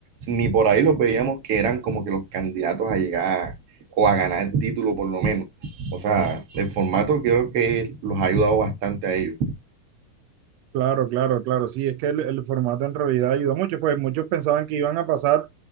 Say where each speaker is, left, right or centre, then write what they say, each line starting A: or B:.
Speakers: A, on the right (about 50°); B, on the right (about 85°).
A: ni por ahí los veíamos que eran como que los candidatos a llegar o a ganar el título por lo menos. O sea, el formato creo que los ha ayudado bastante a ellos.
B: Claro, claro, claro. Sí, es que el, el formato en realidad ayudó mucho. Pues muchos pensaban que iban a pasar,